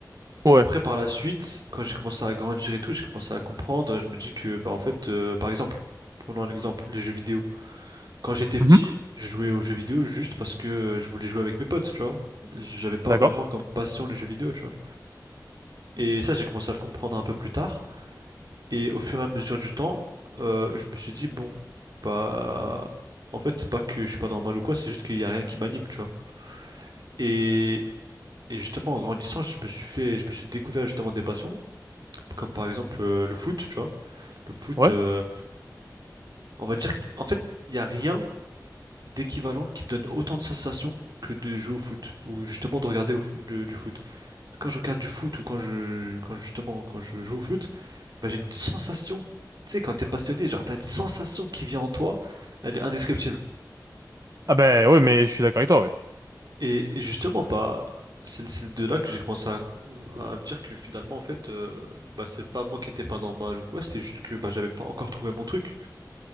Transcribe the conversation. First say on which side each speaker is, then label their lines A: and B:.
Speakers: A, on the right; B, on the right.
A: Ouais.
B: Après, par la suite, quand j'ai commencé à grandir et tout, j'ai commencé à comprendre. Je me dis que, bah, en fait, euh, par exemple, prenons un exemple, les jeux vidéo. Quand j'étais petit,
A: Mhm.
B: je jouais aux jeux vidéo juste parce que euh, je voulais jouer avec mes potes, tu vois. J'avais pas
A: D'accord.
B: vraiment comme passion les jeux vidéo, tu vois. Et ça, j'ai commencé à le comprendre un peu plus tard. Et au fur et à mesure du temps, euh, je me suis dit, bon, bah, en fait, c'est pas que je suis pas normal ou quoi, c'est juste qu'il y a rien qui m'anime, tu vois. Et, et justement, en grandissant, je me suis fait, je me suis découvert justement des passions, comme par exemple euh, le foot, tu vois. Le foot,
A: Ouais.
B: euh, on va dire qu'en fait, il y a rien d'équivalent qui me donne autant de sensations que de jouer au foot, ou justement de regarder au- de- du foot. quand je regarde du foot ou quand je, quand justement, quand je joue au foot, bah, j'ai une sensation, tu sais, quand t'es passionné, genre t'as une sensation qui vient en toi, elle est indescriptible.
A: Ah ben ouais, mais je suis d'accord avec toi, ouais.
B: Et, et justement, bah, c'est c'est de là que j'ai commencé à, à me dire que finalement, en fait, euh, bah, c'est pas moi qui étais pas normal ou quoi, c'était juste que bah, j'avais pas encore trouvé mon truc.